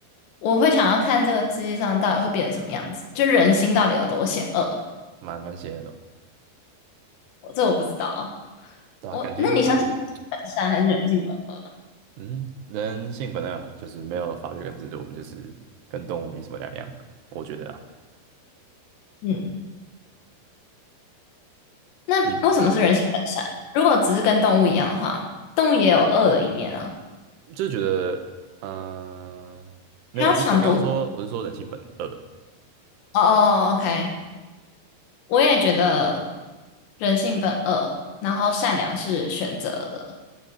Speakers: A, on the left (about 85°); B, on the right (about 80°).
A: 我会想要看这个世界上到底会变成什么样子，就人心到底有多险恶，
B: 蛮蛮邪恶的哦
A: 我这我不知道。啊。
B: 对啊，
A: 我那你想
B: 感觉嗯
A: 本善还是人性本恶？
B: 嗯，人性本恶啊，就是没有法律跟制度，我们就是跟动物没什么两样，我觉得啊，
A: 嗯，那为什么是人性本善？
B: 你嗯，
A: 如果只是跟动物一样的话，动物也有恶的一面啊。
B: 就是觉得呃，没有，
A: 不要夺。
B: 我是我刚刚说我是说人性本恶，
A: 哦哦哦，OK，
B: 嗯
A: 我也觉得人性本恶，然后善良是选择的。